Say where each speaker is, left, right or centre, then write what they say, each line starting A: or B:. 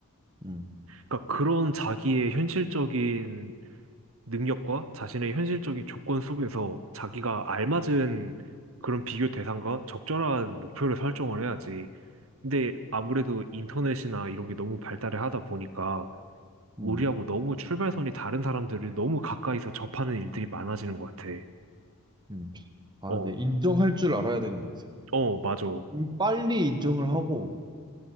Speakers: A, on the right; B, on the right.
A: 음.
B: 그러니까 그런 자기의 현실적인 능력과 자신의 현실적인 조건 속에서 자기가 알맞은 그런 비교 대상과 적절한 목표를 설정을 해야지. 근데 아무래도 인터넷이나 이런 게 너무 발달을 하다 보니까
A: 음.
B: 우리하고 너무 출발선이 다른 사람들을 너무 가까이서 접하는 일들이 많아지는 것 같아.
A: 음. 아,
B: 어,
A: 근데 인정할 줄 알아야 되는 것 같아.
B: 어, 맞아.
A: 음, 빨리 인정을 하고